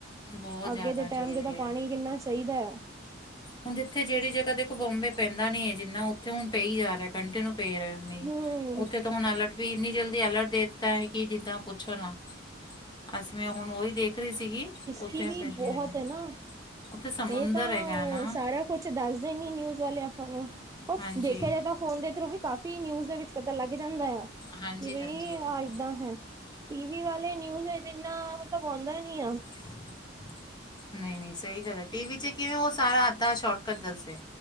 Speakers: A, on the left; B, on the right.
A: ਬਹੁਤ ਜ਼ਿਆਦਾ
B: ਅੱਗੇ ਦੇ
A: ਜ਼ਰੂਰੀ
B: ਟਾਈਮ ਤੇ ਤਾਂ
A: ਹੈ
B: ਪਾਣੀ ਕਿੰਨਾ ਚਾਹੀਦਾ ਹੈ।
A: ਹੁਣ ਜਿੱਥੇ ਜਿਹੜੀ ਜਗ੍ਹਾ ਦੇਖੋ ਬੋਂਬੇ ਪੈਂਦਾ ਨਹੀ ਹੈ ਜਿੰਨਾ ਉਥੇ ਹੁਣ ਪਈ ਜਾ ਰਿਹਾ ਕੰਟੀਨਿਊ ਪੈ ਰਿਹਾ ਮੀਹ
B: ਹਮ
A: ਉੱਥੇ ਤਾਂ ਹੁਣ ਅਲਰਟ ਵੀ ਇੰਨੀ ਜਲਦੀ ਅਲਰਟ ਦੇ ਦਿੱਤਾ ਹੈ ਕਿ ਜਿੱਦਾਂ ਪੁੱਛੋ ਨਾ ਅਸੀਂ ਵ ਹੁਣ ਓਹੀ ਦੇਖ ਰਹੀ ਸੀਗੀ। ਉੱਥੇ
B: ਕੀ ਵੀ
A: ਪੈਂਦੀਆਂ
B: ਬਹੁਤ
A: ਹੈਗੀਆਂ
B: ਹੈ ਨਾ
A: ਉੱਥੇ ਸਮੁੰਦਰ
B: ਇਹ ਤਾਂ
A: ਹੈਗਾ ਨਾ
B: ਸਾਰਾ ਕੁਛ ਦੱਸਦੇ ਨੀ ਨਿਊਜ਼ ਵਾਲੇ ਆਪਾਂ ਨੂੰ ਪਰ
A: ਹਾਂਜੀ
B: ਦੇਖਿਆ ਜਾਏ ਤਾਂ ਫੋਨ ਦੇ ਥਰੂ ਵੀ ਕਾਫੀ ਨਿਊਜ਼ ਦੇ ਵਿਚ ਪਤਾ ਲੱਗ ਜਾਂਦਾ ਆ
A: ਹਾਂਜੀ
B: ਕਿ ਬਈ
A: ਹਾਂਜੀ ਉਹੀ
B: ਆਹ ਏਦਾਂ ਹੈ। ਟੀ ਵੀੀ ਵਾਲੇ ਨਿਊਜ਼ ਹੈ ਜਿੰਨਾ ਮਤਲਬ ਆਉਂਦਾ ਨੀ ਆ
A: <unintelligible> ਨਹੀਂ, ਨਹੀਂ ਸਹੀ ਗੱਲ ਹੈ ਟੀਵੀ ਚ ਕਿਵੇਂ ਉਹ ਸਾਰਾ ਅੱਧਾ ਸ਼ੋਟਕੱਟ ਦੱਸਦੇ।